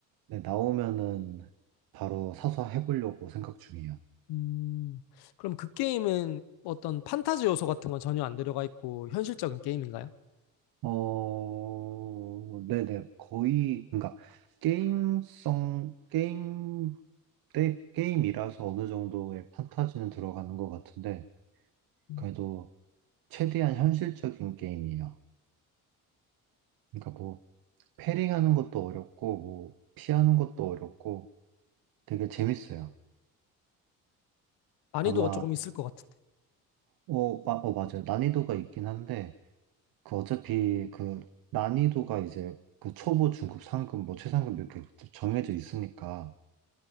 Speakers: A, on the right; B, on the left.
A: 네, 나오면은 바로 사서 해보려고 생각 중이에요.
B: 음, 그럼 그 게임은 어떤 판타지 요소 같은 건 전혀 안 들어가 있고 현실적인 게임인가요?
A: 어, 네네, 거의, 그러니까 게임성, 게임, 때 게임이라서 어느 정도의 판타지는 들어가는 것 같은데
B: 음,
A: 그래도 최대한 현실적인 게임이에요. 그러니까 뭐... 패링하는 것도 어렵고, 뭐, 피하는 것도 어렵고, 되게 재밌어요.
B: 난이도가
A: 아마,
B: 조금 있을 것 같은데.
A: 어, 마, 어, 맞아요. 난이도가 있긴 한데, 그 어차피 그 난이도가 이제 그 초보, 중급, 상급, 뭐 최상급 이렇게 정해져 있으니까,